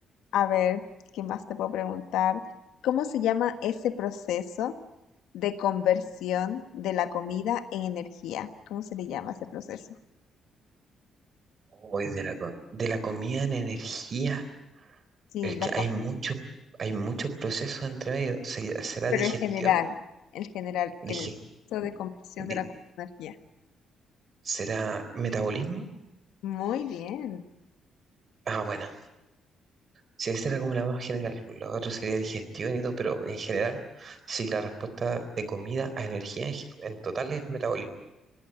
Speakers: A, on the left; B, on the right.
A: a ver, ¿qué más te puedo preguntar? ¿Cómo se llama ese proceso de conversión de la comida en energía? ¿Cómo se le llama ese proceso?
B: Hoy de la, co- de la comida en energía.
A: Sí,
B: Es
A: la
B: que
A: co-
B: hay muchos, hay muchos procesos entre medio. ¿Se- ¿Será
A: pero
B: digestión?
A: en general, en general, el
B: Dije,
A: proceso de conversión
B: di-
A: de la comida en energía.
B: ¿será metabolismo?
A: Muy bien,
B: Ah, bueno, Si esa era como la más general, la otra sería digestión y todo, pero en general, sí, la respuesta de comida a energía en, ge- en total es metabolismo.